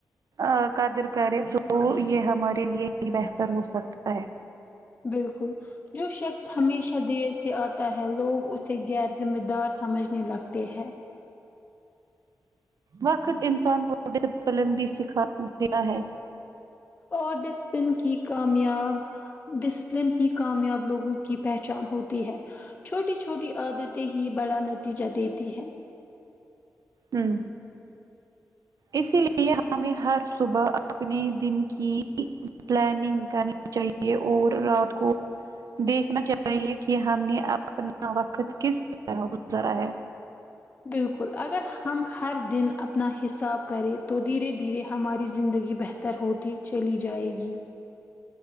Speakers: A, on the right; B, on the left.
A: آ قدر کرے تو یہ ہمارے لیے ہی بہتر ہو سکتا ہے
B: بالکل جو شخص ہمیشہ دیر سے آ تا ہے لوگ اسے غیر ذمہ دار سمجھنے لگتے ہیں
A: وقت انسان کون ڈسپلن بھی سکھا دیا ہے
B: اور ڈسپن کی کامیاب ڈسپلن ہی کامیاب لوگوں کی پہچان ہوتی ہے چھوٹی چھوٹی عادتیں ہی بڑا نتیجہ دیتی ہے
A: ہوں اسی لیے ہمیں ہر صبح اپنے دن کی پلاننگ کرنی چاہیے اور رات کو دیکھنا چاہیے کہ ہم نے اپنا وقت کس طرح گزارا ہے
B: بالکل اگر ہم ہر دن اپنا حساب کریں تو دھیرے دھیرے ہماری زندگی بہتر ہوتی چلی جائے گی